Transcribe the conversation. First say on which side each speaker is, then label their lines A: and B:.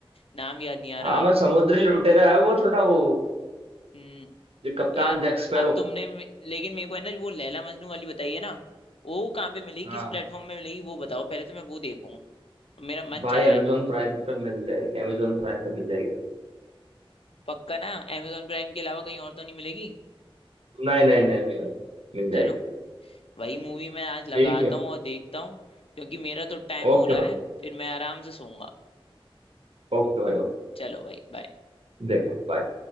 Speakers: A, on the left; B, on the right.
A: नाम याद नहीं आ
B: हाँ
A: रहा
B: मैं समुद्री लुटेरा है वो थोड़ा वो
A: हम्म
B: जो कप्तान
A: यार
B: जैक स्पैरो
A: अब तुमने मे- लेकिन मेरे को है ना वो लैला मजनू वाली बताई है ना वो कहाँ पे मिलेगी
B: हाँ
A: किस प्लेटफॉर्म में मिलेगी वो बताओ पहले तो मैं वो देखूँ मेरा मन
B: भाई
A: चल
B: अमेजोन
A: रहा है
B: प्राइम पे मिल जाएगी अमेजोन प्राइम पे मिल जाएगी
A: पक्का ना amazon प्राइम के अलावा कहीं और तो नहीं मिलेगी
B: भाई नहीं नहीं नहीं नहीं भाई मिल जाएगी
A: चलो वही मूवी मैं आज लगाता
B: ठीक है
A: हूँ और देखता हूँ क्योंकि मेरा तो टाइम
B: ओके
A: हो रहा
B: भाई
A: है फिर मैं आराम से सोऊंगा
B: ओके भाई ओके
A: चलो भाई बाय
B: देखो bye।